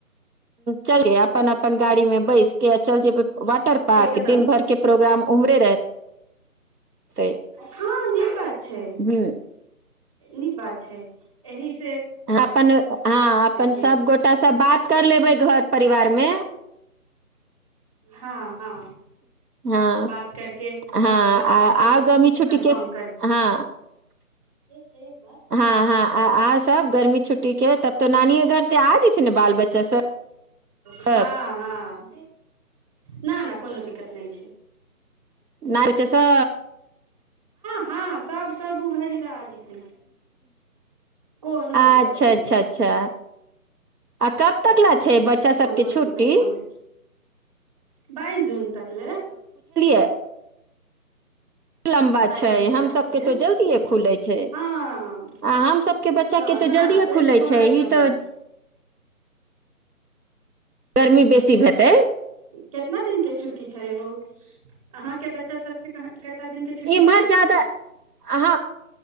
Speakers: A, on the right; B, on the right.
A: चल अपन अपन गाड़ी मे बैसके आ चल जेबै वाटर पार्क
B: एकदम
A: दिन भर के प्रोग्राम उमहरे रहतै
B: हँ नीक बात छै
A: हूँ
B: नीक बात छै एहिसँ
A: अपन हँ अपन
B: के
A: सबगोटा स बात कर लेबै घर परिवार मे
B: हँ हँ
A: हँ
B: बात करके
A: हँ
B: बात
A: आ
B: करके हम
A: आगामी छुट्टीके
B: कन्फर्म
A: हँ हाँ
B: ठीक
A: हँ हँ आ आ सभ गर्मी छुट्टीके तब तऽ नानि घरसँ आ जेयथिन ने बाल बच्चासभ
B: हँ हँ ना ना कोनो दिक्कत नै छै
A: न प चस <inaudible>
B: ह हा स्। सब सब <unintelligible> ड ल जेतै कोनो
A: अच्छा
B: दिक्कत नहि
A: अच्छा
B: छै
A: अच्छा आ कब तकला छै बच्चा सबके
B: कोनो।
A: छुट्टी
B: कोनो बइस जून तक्ले।
A: त लम्बा
B: बाइस
A: छै
B: जून
A: हमसभके
B: तक ले
A: तऽ जल्दिए खुलै छै आ
B: हँ
A: हमसभके बच्चाके
B: ओ
A: तऽ
B: न
A: जल्दिए
B: एने
A: खुलै
B: बड
A: छै ई
B: लम्बा
A: तऽ गर्मी बेसी हेतै
B: कितना दिन के छुट्टी छै ओ अहाँके बच्चा सबके। कतना दिन के छुट्टी
A: इमहर
B: छै
A: जदा अहाँ